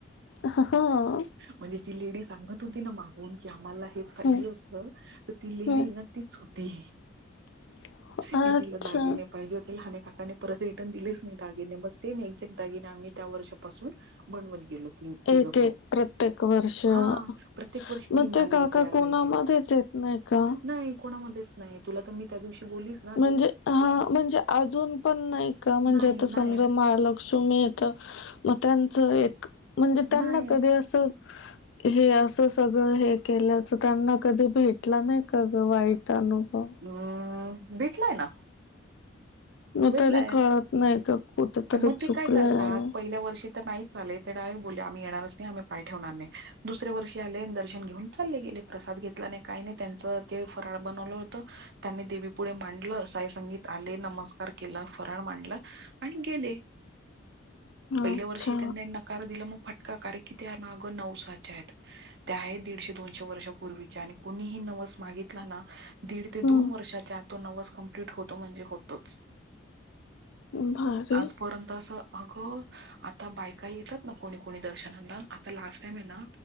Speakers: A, on the left; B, on the right.
A: हं हं अं.
B: म्हणजे जी लेडी सांगत होती ना, मागून की आम्हाला हेच पाहिजे
A: हम्म,
B: होतं. तर ती लेडी
A: हम्म.
B: ना तीच होती.
A: <inaudible> अच्छा
B: कि तिला दागिने पाहिजे होते. लहाने काकाने परत ये दिलेच नाही दागिने सेम येकझ्याट दागिने आम्ही त्या वर्षापासून बनवत गेलो. तिघं
A: एक एक
B: भाऊ
A: प्रत्येक वर्ष मग
B: हा प्रत्येक वर्षी तीन दागिने
A: ते काका
B: तयार
A: कोणामध्येच
B: व्हायचे.
A: येत नाही का
B: नाही कोणामध्येच नाही. तुला तर मी त्या दिवशी बोलीच.
A: म्हणजे हा म्हणजे अजून पण नाही. का म्हणजे
B: नाही
A: आता
B: नाही
A: समजा, महालक्ष्मी येत मग त्यांचं. म्हणजे त्यांना
B: नाही
A: कधी असं. हे असं सगळं हे केल्याचं त्यांना, कधी भेटलं नाही का गं वाईट अनुभव.
B: हम्म भेटलाय ना.
A: मग
B: भेटलाय
A: तरी कळत नाही का कुठेतरी
B: मग
A: चुकलंय
B: ते काय करतात पहिल्या वर्षी. तर नाहीच आले ते डायरेक्ट बोले आम्ही येणारच नाही. आम्ही पाय ठेवणार नाही, दुसऱ्या वर्षी आले आणि दर्शन घेऊन चाले गेले. प्रसाद घेतला नाही काय नाही त्याचं ते फराळ बनवलं होतं. त्यांनी देवी पुुढे मांडलं, साई संगीत आले नमस्कार. केलं. फराळ मांडला आणि गेले पहिल्या
A: अच्छा
B: वर्षी तेनी. कार दिला मग फटका कारण, कि त्या नागं नवसाच्या आहेत. त्या आहे दीडशे दोनशे वर्षापूर्वीच्या, आणि कोणीही नवस मागितला ना. दीड ते
A: हम्म
B: दोन वर्षाच्या आत तो, नवस कम्प्लीट होतो म्हणजे होतोच.
A: भारी
B: आजपर्यंत असं अगं. आता बायका येतात ना, कोणी कोणी दर्शनांना आता लास्ट टाईम ये ना.